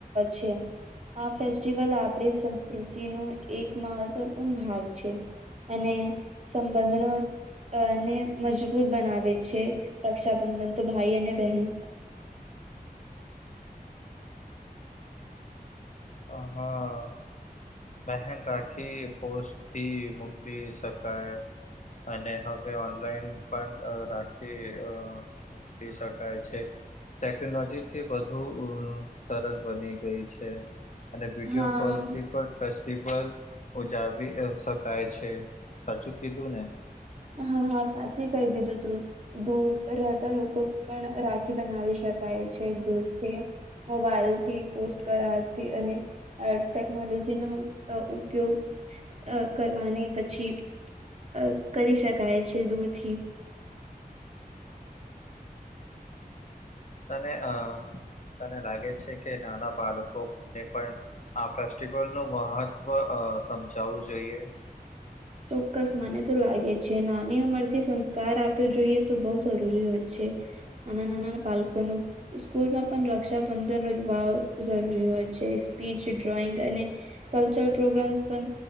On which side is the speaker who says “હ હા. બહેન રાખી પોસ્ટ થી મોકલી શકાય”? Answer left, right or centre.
Left